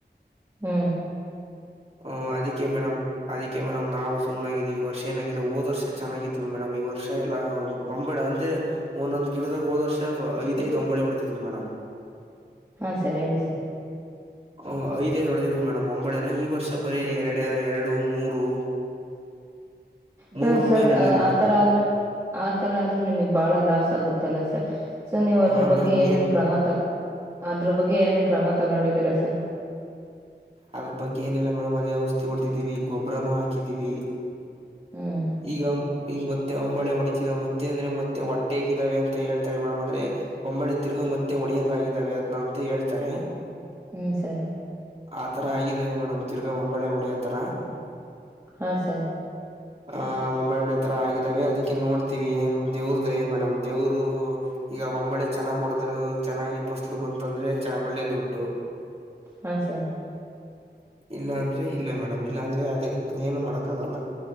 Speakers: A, on the right; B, on the right.
A: ಹ್ಮ
B: ಹು ಅದಕ್ಕೆೇ ಮೇಡಮ್ ಅದಕ್ಕೆ ಮೇಡಮ್ ನಾವು ಸುಮ್ಮನ ಆಗಿದ್ದಿವಿ ಈ ವರ್ಷ ಏನಂಗಿಲ್ಲ ಹೋದ್ ವರ್ಷ ಚೆನ್ನಾಗಿದ್ವಿ ಮೇಡಮ್ ಈ ವರ್ಷ ಎಲ್ಲಾ ಹೊಂಬಾಳೆ ಅಂತೆ ಒಂದೊಂದ್ ಗಿಡದಾಗ ಹೋದ ವರ್ಷ ಐದ ಐದ ಹೊಂಬಾಳೆ ಹೊಡೆತಿದ್ವಿ ಮೇಡಮ್
A: ಹಾ ಸರ್ ಹೇಳಿ ಸರ್
B: ಹ ಐದ ಐದ ಮೇಡಮ್ ಹೊಂಬಾಳೆ ನ ಈ ವರ್ಷ ಬರೀ ಎರಡು ಎರಡು ಮೂರು
A: ಹಾ
B: ಮೂರರ
A: ಸರ್
B: ಮೇಲೆ ಇಲ್ಲ ಮೇಡಮ್
A: ಆತರ ಆದ್ರ ಆತರ ಆದ್ರೆ ನಿಮಗ್ ಬಾಳ ಲಾಸ್ ಆಗುತ್ತಲ್ಲ ಸರ್ ಸರ್ ನೀವು ಅದ್ರ
B: ಹಾ
A: ಬಗ್ಗೆ
B: ಮೇಡಮ್
A: ಏನೇನ್
B: ಏನು
A: ಕ್ರಮ ತ ಅದ್ರ ಬಗ್ಗೆ ಏನೇನ್ ಕ್ರಮ ತಗೊಂಡಿದ್ದೀರಾ ಸರ್
B: ಅದ್ರ ಬಗ್ಗೆ ಏನಿಲ್ಲ ಮೇಡಮ ಅದೆ ಔಷಧಿ ಹೊಡಿದೀವಿ ಗೊಬ್ಬರನು ಹಾಕಿದೀವಿ
A: <inaudible>
B: ಈಗ ಈಗ ಮತ್ತೆ ಹೊಂಬಾಳೆ ಹೊಡಿತಿದಾವೆ ಮತ್ತೆ ಅಂದ್ರೆ ಮತ್ತೆ ಹೊಟ್ಟೆಗಿದ್ದಾವೆ ಅಂತ ಹೇಳ್ತಾರೆ ಮೇಡಮ್ ಅಂದ್ರೆ ಹೊಂಬಾಳೆ ತಿರುಗು ಮತ್ತೆ ಒಡಿಯಂಗ ಆಗಿದ್ದಾವೆ ಅದ್ನ ಅಂತ ಹೇಳ್ತಾರೆ
A: ಹ್ಮ್ ಸರ್
B: ಆ ಥರ ಆಗಿದ್ದಾವೆ ಮೇಡಮ್ ತಿರ್ಗಾ ಒಂಬಳೆ ಹೊಡೆಯೋ ಥರ.
A: ಹಾ ಸರ್.
B: ಆ ಮುಂಬೆ ಒಡೆ ತರ ಆಗಿದ್ದಾವೆ ಅದಕ್ಕೆನ ನೋಡ್ತಿವಿ ಏನ್ ದೇವ್ರ ದಯೆ ಮೇಡಮ್ ದೇವರು. ಈಗ ಒಂಬಳೆ ಚೆನ್ನಾಗ ಹೊಡದ್ರು ಚೆನ್ನಾಗಿ ಫಸ್ಲು ಬಂತ ಅಂದ್ರೆ ಒಳ್ಳೆ ದುಡ್ಡು.
A: ಹಾಂ ಸರ್.
B: ಇಲ್ಲ ಅಂದ್ರೆ ಇಲ್ಲ ಮೇಡಮ್ ಇಲ್ಲಾ ಅಂದ್ರೆ ಅದೇ ಏನು ಮಾಡಕ್ಕ ಆಗಲ್ಲ.